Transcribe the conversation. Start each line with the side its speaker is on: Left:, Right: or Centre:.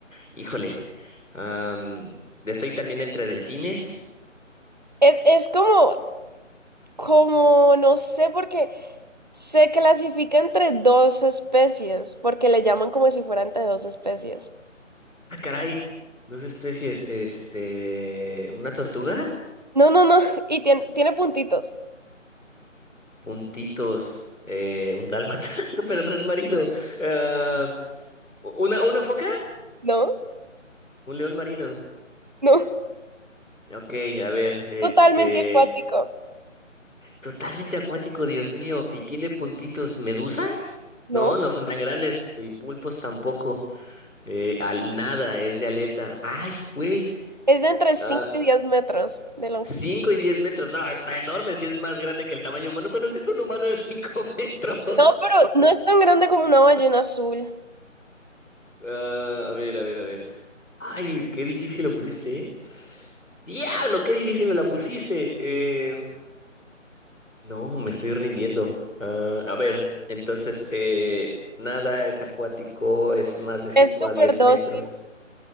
Left: Híjole. Am, estoy también entre delfines.
Right: Es, es como, como, no sé, porque se clasifica entre dos especies, porque le llaman como si fuera entre dos especies.
Left: Ah, caray. Dos especies. Este. Una tortuga.
Right: No, no, no. <laughs> Y tiene, tiene puntitos.
Left: Puntitos. Eh, un dálmata. <laughs> No, pero no es marino. Ah, una, una foca.
Right: No,
Left: Un león marino.
Right: no.
Left: Ok, a ver.
Right: <laughs>
Left: Este.
Right: Totalmente acuático.
Left: Totalmente acuático, Dios mío. ¿Y tiene puntitos medusas?
Right: No.
Left: No, no son tan grandes. Y pulpos tampoco. Eh, al nada, es de aleta. Ay, güey.
Right: Es de entre cinco
Left: Ah,
Right: y diez metros de longitud.
Left: 5 y 10 metros. No, está enorme si es más grande que el tamaño humano. ¿Cuándo has visto un humano de 5 <laughs> metros?
Right: No, pero no es tan grande como una ballena azul.
Left: Ah, a ver, a ver, a ver. Ay, qué difícil lo pusiste, ¿eh? ¡Diablo, qué difícil me la pusiste! Eh, no, me estoy rindiendo. Ah, a ver, entonces, eh, nada es acuático, es más de 5
Right: Es súper
Left: a 10
Right: dócil.
Left: metros.